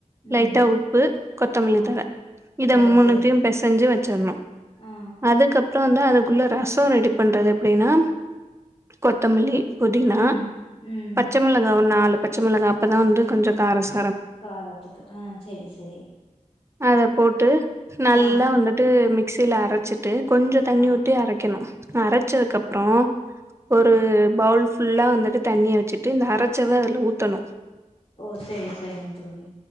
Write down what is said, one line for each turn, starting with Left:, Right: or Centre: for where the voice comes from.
Right: லைட்டா
Left: ம்
Right: உப்பு கொத்தமல்லி
Left: ஆ
Right: தல இத
Left: ஓ
Right: மூணுத்தயு
Left: செரி செரி
Right: பெசஞ்சு வச்சுர்ணு
Left: ஆ
Right: அதுக்கப் அப்பறோ அதுக்குள்ள ரச ரெடி பண்றது எப்டின்னா கொத்தமல்லி புதினா
Left: ம் ம்
Right: பச்சமொளகா ஒரு நாலு பச்சமொளகா அப்பதா வந்து கொஞ்ச காரசா
Left: காரத்துக்கு அ செரி செரி
Right: அத போட்டு நல்லா
Left: ஆ
Right: வந்துட்டு மிக்ஸில அரச்சுட்டு கொஞ்ச தண்ணி
Left: ஆ
Right: ஊத்தி அரக்கெணு அரச்சதுக்கப்றொ ஒரு
Left: ம்
Right: பவுல் ஃபுல்லா வந்துட்டு தண்ணிய வச்சுட்டு இந்த அரச்சத அதுல ஊத்தணு
Left: ஓ சேரி செரிங்க தோழி